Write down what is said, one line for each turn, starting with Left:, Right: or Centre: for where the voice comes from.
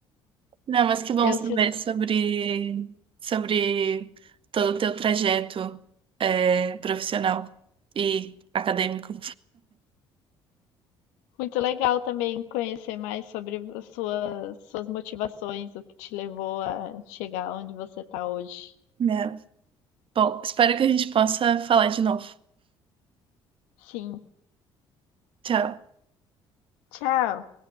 Right: Não, mas que bom
Left: Eu
Right: saber
Left: sinto
Right: sobre, sobre todo o teu trajeto é, profissional e acadêmico.
Left: muito legal também conhecer mais sobre as suas, suas motivações, o que te levou a chegar onde você está hoje.
Right: Né? Bom, espero que a gente possa falar de novo.
Left: Sim,
Right: Tchau.
Left: tchau!